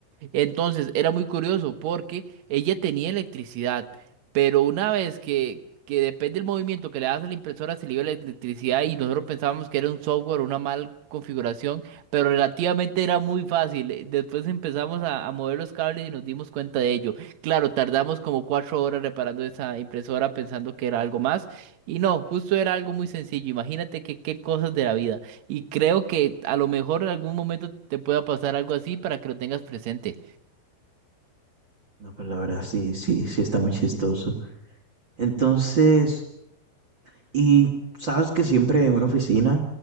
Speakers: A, on the right; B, on the right.
A: Entonces era muy curioso porque ella tenía electricidad, pero una vez que, que depende del movimiento que le das a la impresora se le iba la electricidad y nosotros pensábamos que era un software, una mala configuración, pero relativamente era muy fácil. Eh, Después empezamos a, a mover los cables y nos dimos cuenta de ello. Claro, tardamos como cuatro horas reparando esa impresora pensando que era algo más. Y no, justo era algo muy sencillo. Imagínate que qué cosas de la vida. Y creo que a lo mejor en algún momento te pueda pasar algo así para que lo tengas presente.
B: No, pues la verdad sí, sí, sí está muy chistoso. Entonces, Y sabes que siempre en una oficina